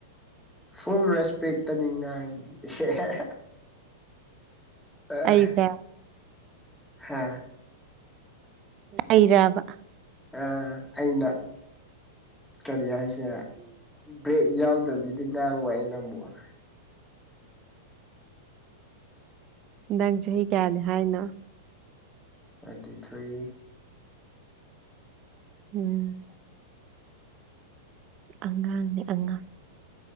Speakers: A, in the centre; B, on the right.
A: ꯐꯨꯜ ꯔꯦꯁꯄꯦꯛꯇꯅꯤ ꯉꯥꯡ ꯏꯁꯦ <unintelligible> ꯑꯥ
B: ꯑꯩꯁꯦ
A: ꯍꯥ
B: ꯑꯩꯔꯥꯕ
A: ꯑ ꯑꯩꯅ ꯀꯔꯤ ꯍꯥꯏꯁꯤꯔꯥ ꯕ꯭ꯔꯦꯛ ꯌꯥꯎꯗꯕꯤꯗ ꯉꯥꯡꯕ ꯑꯩꯅ ꯑꯃꯨꯛ
B: ꯅꯪ ꯆꯍꯤ ꯀꯌꯥꯅꯤ ꯍꯥꯏꯅꯣ
A: ꯑꯗꯤꯊꯣꯏ
B: ꯎꯝ ꯑꯉꯥꯡꯅꯦ ꯑꯉꯥꯡ